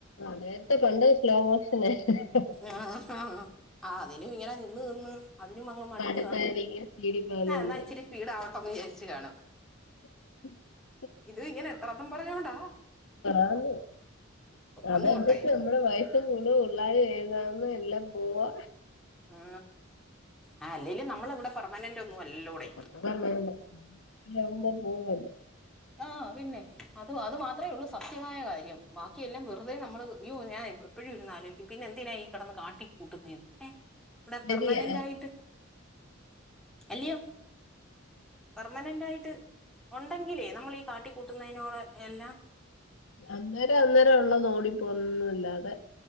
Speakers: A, on the left; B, in the centre.
A: അതെ <unintelligible> പണ്ട് സ്ലോ മോഷനേ ഹ് ഹ്
B: ആ ആഹ അതിനും ഇങ്ങനെ നിന്ന് നിന്ന് അതിനും അങ്ങും മടുത്ത്
A: അടുത്തായിരിക്കും
B: കാണും
A: സീഡിപ്പാനല്
B: എന്നാ ഇച്ചിരി സ്പീഡാവട്ടെന്ന് വിചാരിച്ചു കാണും
A: <inaudible>
B: ഇതും ഇങ്ങനെ എത്രത്ത്ന്നും പറഞ്ഞൊണ്ടാ
A: ആന്ന് അതെന്തിച്ചോ
B: അന്ന് തൊട്ടെ
A: നമ്മുടെ വയസ്സും കൂടും പിള്ളാര് ഏതാന്ന് എല്ലാം പോവാ
B: ആ ആ അല്ലെലും നമ്മൾ ഇവിടെ പെർമനന്റ് ഒന്നും അല്ലല്ലോടെയ്
A: അതെന്നെ പോകുവല്ലോ
B: ആ പിന്നെ അത് അത് മാത്രമേ ഉള്ളൂ സത്യമായ കാര്യം ബാക്കിയെല്ലാം വെറുതെ നമ്മള് ഇയ്യോ ഞാൻ എപ്പഴും ഇരുന്ന് ആലോയിക്കും പിന്നെന്തിനാണ് ഈ കിടന്ന് കാട്ടി കൂട്ടുന്നേന്ന് ഏ ഇവിടെ
A: ശരിയാ
B: പെർമനന്റ് ആയിട്ട് അല്യോ പെർമനന്റ് ആയിട്ട് ഉണ്ടെങ്കിലേ നമ്മൾ ഈ കാട്ടി കൂട്ടുന്നതിനോട് എല്ലാം
A: അന്നേരം അന്നേരം ഉള്ളത് ഓടിപ്പോ ഒന്നുംല്ലാതെ